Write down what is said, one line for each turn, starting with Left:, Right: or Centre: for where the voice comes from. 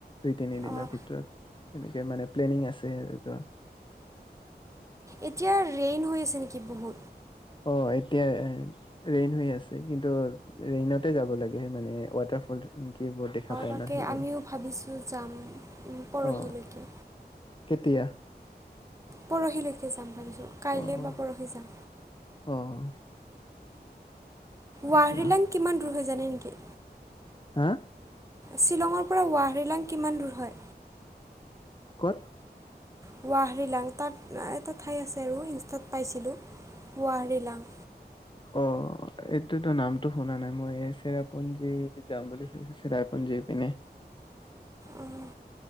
Left: দুই তিনি দিনৰ
Right: অঁ
Left: ভিতৰত তেনেকে মানে প্লেনিং আছে আৰু যোৱা।
Right: এতিয়া ৰেইন হৈ আছে নেকি বহুত
Left: অ' এতিয়া ৰেইন হৈ আছে কিন্তু ৰেইনতে যাব লাগে মানে ৱাটাৰফল, কি এইবোৰ দেখা পায়
Right: তাকে
Left: ন সেইবোৰ
Right: আমিও ভাবিছোঁ যাম পৰহিলৈকে।
Left: অ কেতিয়া
Right: পৰহিলৈকে যাম ভাবিছোঁ। কাইলৈ
Left: অ' অ',
Right: বা পৰহি যাম
Left: অহ! সেইটোৱে
Right: ৱাৰিলাং কিমান দূৰ হৈ জানে নেকি?
Left: হাঁ?
Right: শ্বিলঙৰ পৰা ৱাহৰিলাং কিমান দূৰ হয়?
Left: কত?
Right: গোৱাহাতিৰ লাংতাত। এটা ঠাই আছে আৰু ইনষ্টাত পাইছিলোঁ হুৱাহ ৰিলাং
Left: অ এইটো- নামটো শুনা নাই মই চিৰাপুঞ্জী যাম বুলি শুছো চিৰাপুঞ্জী পিনে।
Right: অঁ